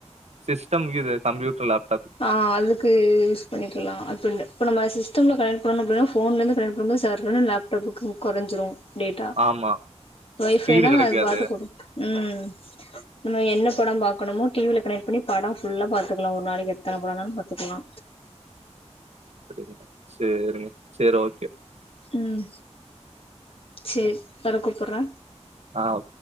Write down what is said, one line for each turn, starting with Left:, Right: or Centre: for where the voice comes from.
Right: சிஸ்டம்கிது கம்ப்யூட்டர் லாப்
Left: ஆ அதுக்கு யூஸ் பண்ணிக்கலா அப்பின்னு இப்ப நம்ம சிஸ்டம்ல கனெக்ட் பண்ணணு அப்பிடின்னா ஃபோ ஃபோன்லருந்து கனெக்ட் பண்ணபோது சார்ன்னு லேப்டாப்புக்கு கொறஞ்சிரு டேட்டா
Right: ஆமா
Left: ஒய்ஃபைனா
Right: ஸ்பீடு கெடைக்காது
Left: அது பாட்டு கொடு ம் நம்ம என்ன படோ பா க்கனமோ டிவில கனெ்ட் பண்ணி படோ ஃபுல்லா பாத்துக்கல ஒரு நாளுக்க எத்தன பட வேணுனாலு பாத்துக்கலா
Right: அப்பிங்களா சே சேரி ஓகே
Left: ம் சேரி பர கூப்பாரே
Right: ஆ ஓ